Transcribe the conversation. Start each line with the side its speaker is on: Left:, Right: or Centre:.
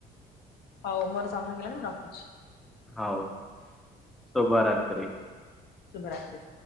Left: ହଉ ମୋର ସମୟ ହେଇଗଲାଣି ମୁଁ ରଖୁଛି।
Centre: ହଉ ଶୁଭ ରାତ୍ରି।
Left: ଶୁଭ ରାତ୍ରି।